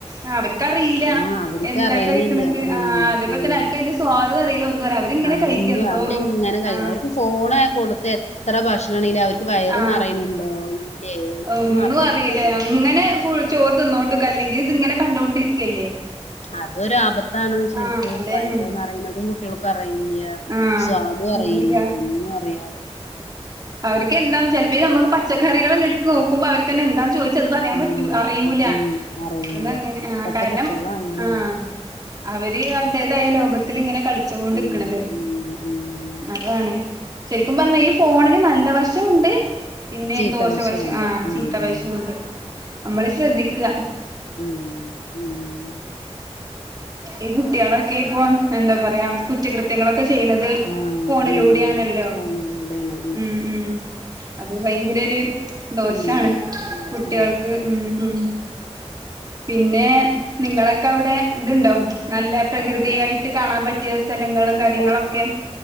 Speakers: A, on the right; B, on the left.
A: ആ അവർക്കറിയില്ല
B: ആ അവർക്ക്
A: എന്താ
B: അറിയണില്ല.
A: കഴിക്കണത്
B: ഉം
A: ആ അതേപോലെ
B: ഉം.
A: തന്നെ അവർക്ക് അതിന്റെ സ്വാദം അറിയില്ല ഒ അവരിങ്ങനെ
B: ആ
A: കഴിക്ക
B: ഒന്ന്
A: എന്തോറോ
B: അവരെങ്ങനെ കഴി
A: ആ
B: അവർക്ക് ഫോണ് കൊടുത്ത് എത്ര ഭക്ഷണാണെങ്കിലും അവർക്ക് വയറ്
A: ആ
B: നിറയണുണ്ടോ ഇല്ലേ
A: ഒന്നും
B: അറിയില്ല.
A: അറിയില്ലേ
B: അപ്പ
A: അങ്ങനെ ഫുള്ള് ചോറ് തിന്നോണ്ടിക്കല് ല്ലെങ്കിൽ ഇത് ഇങ്ങനെ കണ്ടോണ്ടിരിക്കല്ലേ
B: അതൊരപ താണ് ശരിക്ക്
A: ആഹ് അതന്നെ
B: വയറ് നിറയുന്നതും കുട്ടിയോൾക്ക് അറിയില്ല
A: ആഹ്
B: സ്വാദും അറിയില്ല
A: ഒന്നുല്ല
B: ഒന്നും അറിയ
A: അവർക്ക് എന്താ ചിലപ്പോ നമുക്ക് പച്ചക്കറികളെ എടുത്ത് നോക്കുമ്പോ അവർക്കന്നെ എന്താന്ന് ചോയിച് ത് പറയാൻ പറ്റൂ
B: ആഹ്
A: അറിയൂല
B: ഉം അറിയൂല
A: അതങ്ങനെ ആ
B: ഇപ്പത്തെ
A: കാരണം
B: കുട്ടികള് അങ്ങനെയാണ്
A: ആ അവര് <unintelligible> അതേതായ ലോകത്തിൽ ഇങ്ങനെ കളിച്ചോണ്ടിക്കണത്
B: ഉം ഉം ഉം
A: അതാണ് ശരിക്കും പറഞ്ഞാ ഈ ഫോണിന് നല്ല വശോണ്ട് പിന്നെ
B: ചീത്ത
A: ദോശവശ
B: വശമുണ്ട്
A: ആ
B: ഉം
A: ചീത്ത വശവുണ്ട്
B: ഉം
A: നമ്മള് ശ്രദ്ധിക്ക
B: ഉം ഉം
A: ഈ കുട്ടികളൊക്കെ ഇപ്പൊ എന്താ പറയാ കുറ്റകൃത്യങ്ങളൊക്കെ ചെയ്യണത്
B: ആഹ്
A: ഫോണിലൂടെ
B: ഉം
A: ആണല്ലോ
B: ഫോണിലൂടെയാണ്
A: ഉം ഉം അത് ഭയങ്കര ഒരു ദോഷാണ്
B: ഉം ദോഷാണ്
A: കുട്ടികൾക്ക് ഉം ഉം പിന്നെ നിങ്ങളൊക്കെ അവിടെ ഇതുണ്ടോ നല്ല പ്രകൃതിയായിട്ട് കാണാൻ പറ്റിയ സ്ഥലങ്ങളും കാര്യങ്ങളൊക്കെ
B: ഓ